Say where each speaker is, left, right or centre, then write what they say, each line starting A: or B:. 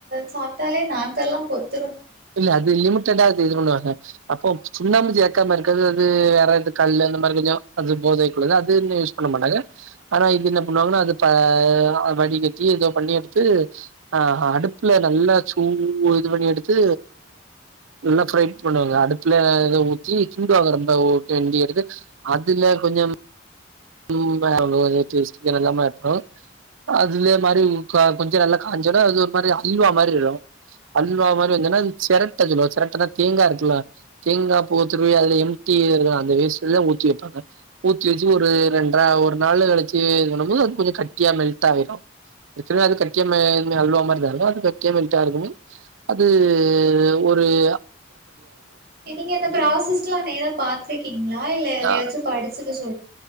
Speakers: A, on the right; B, on the right.
A: சாப்ட்டாலே நாக்கெல்லாம் பொத்
B: இல்ல அது லிமிட்டடா அது இது பண்ணுவாங்க அப்போம் சுண்ணாம்பு சேக்காம இருக்கறது அது வேறது கல்லு அந்த மாரி கொஞ்ச அது போதைக்குள்ளது அது இன்னு யூஸ் பண்ண மாட்டாங்க ஆனா இது என்ன பண்ணுவாங்கன்னா அது பா வடிகட்டி ஏதோ பண்ணி எடுத்து ஆ அடுப்புல நல்லா சூ இது பண்ணி எடுத்து நல்லா ஃப்ரைட் பண்ணுவாங்க அடுப்புல இத ஊத்தி கிண்டுவாங்க ரொம்பஓ கிண்டி எடுத்து அதுல கொஞ்சம் ம் வேற வஊத்தி வச்ட்டு இதெல்லாமே ஆட் பண்ணுவாங்க அதுவே மாறி கா கொஞ்ஜ நல்லா காஞ்சோனே அது ஒரு மாறி அல்வா மாறி வரு அல்வா மாறி வந்தோன அத செரட்ட சொல்வாக செரட்டனா தேங்கா இருக்குல தேங்கா பூத்துருவி அதுல எம் டி அந்த வேஸ்ல ஊத்தி வெப்பாங்க ஊத்தி ஒரு ரெண்ட்ற ஒரு நாள் கழிச்சி பண்ணும்போது அது கொஞ்ச கட்டியா மெல்டாயிடும் ஏற்கனவே அது கட்டியா மே அல்வாமாறி தானே அது கட்டியா மெல்ட்டா இருக்குன்னு அது ஒ ஃபீரீயா
A: நீங்க இந்த ப்ராசஸ்லா நேரா பாத்துருக்கீங்ளா இல்ல
B: நா
A: எத்லயாச்சு படிச்சுட்டு சொ